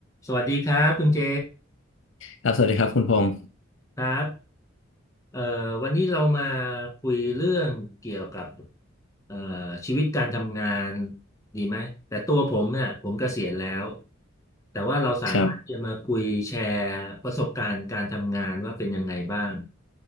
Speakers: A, on the left (about 15°); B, on the left (about 70°).
A: สวัสดีครับคุณเจ
B: ครับสวัสดีครับคุณพงศ์
A: ครับเอ่อวันนี้เรามาคุยเรื่องเกี่ยวกับเอ่อชีวิตการทำงานดีไหมแต่ตัวผมเนี่ยผมเกษียณแล้วแต่ว่าเราสามารถจะมาคุยแชร์ประสบการณ์การทำงานว่าเป็นยังไงบ้าง
B: ครับ